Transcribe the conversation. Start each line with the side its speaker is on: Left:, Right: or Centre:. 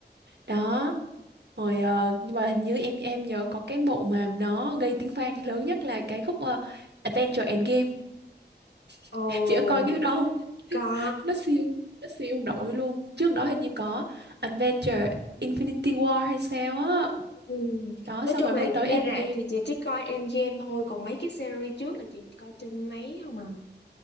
Right: đó. Rồi ờ, nhưng mà hình như em em nhớ có cái bộ mà nó gây tiếng vang lớn nhất là cái khúc ờ, Avengers Endgame. <laughs>
Left: Ồ,
Right: Chị có coi cái đó không?
Left: có
Right: nó siêu nó siêu nổi luôn trước đó hình như có Adventure Infinity War hay sao á
Left: Ừ.
Right: đó
Left: Nói
Right: xong
Left: chung
Right: rồi
Left: là
Right: mới tới
Left: ra
Right: Endgame
Left: rạp thì chị chỉ coi Endgame thôi còn mấy cái series trước là chị coi trên máy không à